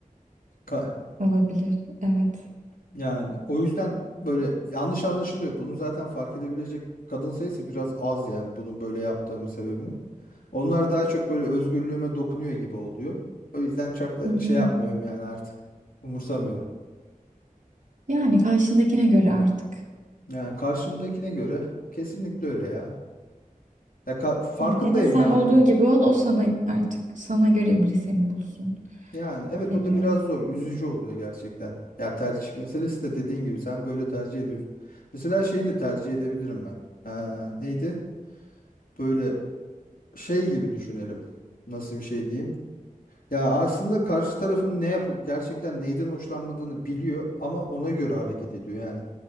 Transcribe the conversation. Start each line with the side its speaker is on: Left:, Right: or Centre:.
Left: Ka-
Right: Olabilir. Evet.
Left: yani o yüzden böyle yanlış anlaşılıyor. Bunu zaten fark edebilecek kadın sayısı biraz az yani bunun böyle yaptığımın sebebini. Onlar daha çok böyle özgürlüğüme dokunuyor gibi oluyor. O yüzden çok da
Right: Hı
Left: şey
Right: hı.
Left: yapmıyorum yani artık. Umursamıyorum.
Right: Yani karşındakine göre artık.
Left: Yani karşımdakine göre kesinlikle öyle ya. Ya ka- farkındayım
Right: Evet ya da sen
Left: ben
Right: olduğun
Left: be.
Right: gibi ol o sana artık sana göre biri seni bulsun.
Left: Yani evet
Right: Bilemiyorum.
Left: o da biraz zor. Üzücü oluyor gerçekten. Ya tercih meselesi de dediğin gibi sen böyle tercih ediyorsun. Mesela şeyi de tercih edebilirim ben. Ee, neydi? Böyle şey gibi düşünelim. Nasıl bir şey diyeyim? Ya aslında karşı tarafın ne yapıp gerçekten neyden hoşlanmadığını biliyor ama ona göre hareket ediyor yani.